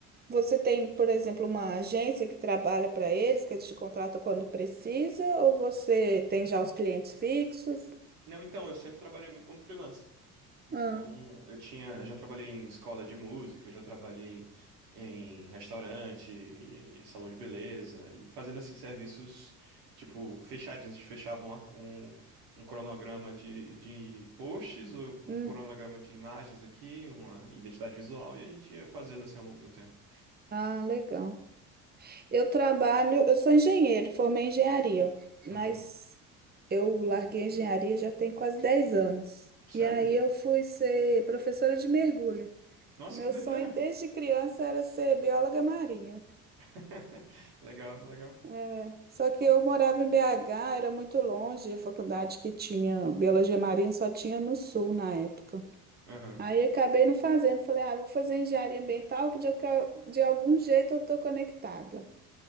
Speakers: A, on the right; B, on the right.
A: você tem, por exemplo, uma agência que trabalha para eles, que eles te contratam quando precisa, ou você tem já os clientes fixos?
B: Não, então, eu sempre trabalhei muito como freelancer. Então,
A: Ah,
B: eu tinha, já trabalhei em escola de música, já trabalhei em restaurante, e salão de beleza e fazendo assim serviços tipo fechadinhos, a gente fechava uma- um, um cronograma de, de posts ou um
A: hum.
B: cronograma de imagens aqui, uma identidade visual e a gente ia fazendo assim ao longo do tempo.
A: Ah, legal. Eu trabalho, eu sou engenheiro, formei em engenharia,
B: Aham.
A: mas Eu larguei a engenharia já tem quase 10 anos.
B: Sério?
A: E aí eu fui ser professora de mergulho.
B: Nossa,
A: Meu
B: que doideira.
A: sonho desde criança era ser bióloga marinha.
B: <laughs> Legal, legal.
A: É, Só que eu morava em BH, era muito longe, a faculdade que tinha biologia marinha só tinha no sul na época.
B: Aham.
A: Aí acabei não fazendo, falei, ah, vou fazer engenharia ambiental, que de, alca- de algum jeito eu tô conectada.